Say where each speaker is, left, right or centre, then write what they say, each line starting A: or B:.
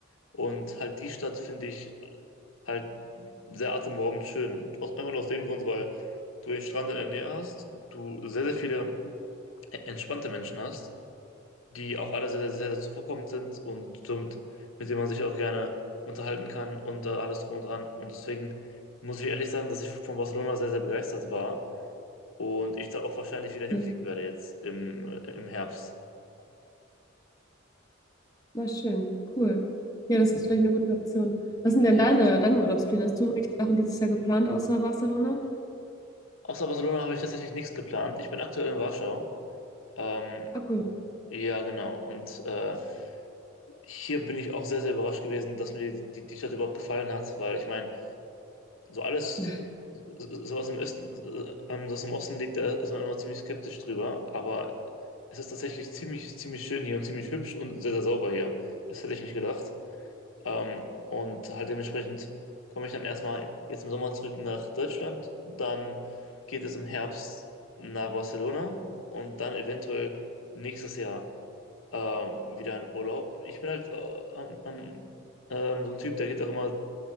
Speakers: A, on the left; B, on the left.
A: und halt die Stadt finde ich halt sehr atemberaubend schön. Aus, einfach nur aus dem Grund, weil du den Strand in der Nähe hast, du sehr, sehr viele e- entspannte Menschen hast die auch alle sehr, sehr, sehr zuvorkommend sind und somit, mit denen man sich auch gerne unterhalten kann und äh, alles drum und dran. Und deswegen muss ich ehrlich sagen, dass ich von Barcelona sehr, sehr begeistert war und ich da auch wahrscheinlich wieder hinfliegen
B: Okay.
A: werde jetzt im, äh, im Herbst.
B: Na schön, cool. Ja, das ist vielleicht eine gute Option. Was sind
A: Ja.
B: denn deine, deine Urlaubspläne? Hast du irgendwelche Sachen dieses Jahr geplant außer Barcelona?
A: Außer Barcelona habe ich tatsächlich nichts geplant. Ich bin aktuell in Warschau. Ähm,
B: Ah, cool.
A: ja, genau. Und äh, hier bin ich auch sehr, sehr überrascht gewesen, dass mir die, die Stadt überhaupt gefallen hat, weil ich meine, So alles,
B: <laughs>
A: sowas im Osten, ähm, das im Osten liegt, da ist man immer ziemlich skeptisch drüber. Aber es ist tatsächlich ziemlich, ziemlich schön hier und ziemlich hübsch und sehr, sehr sauber hier. Das hätte ich nicht gedacht. Ähm, und halt dementsprechend komme ich dann erstmal jetzt im Sommer zurück nach Deutschland. Dann geht es im Herbst nach Barcelona und dann eventuell nächstes Jahr ähm, wieder in Urlaub. Ich bin halt äh, ähm, ähm, so ein Typ, der geht auch immer